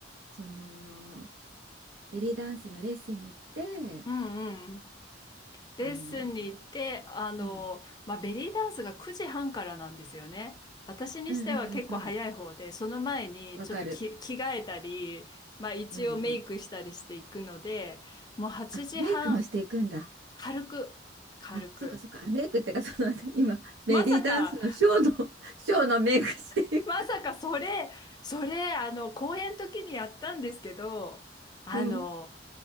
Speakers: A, on the right; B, on the left.
A: そのベリーダンスのレッスンに行って、
B: うんうん。レッスンに行って、
A: あの、
B: あの、
A: うん、
B: まあ、ベリーダンスが9時半からなんですよね。私にしては結構早い方で、
A: うんうんうんうん、
B: その前にちょっとき着替えたり、
A: わかる。
B: まあ、一応メイクしたりしていくので、
A: うんうん。
B: もう8時半、
A: あ、メイクもしていくんだ。
B: 軽く、軽く。
A: あ、そうかそうか。あメイクってかその今ベリーダンスのショーの
B: まさか
A: <laughs> ショーのメイクしていく。
B: <laughs> まさかそれ、それ、あの、公演の時にやったんですけど、あの、
A: うん。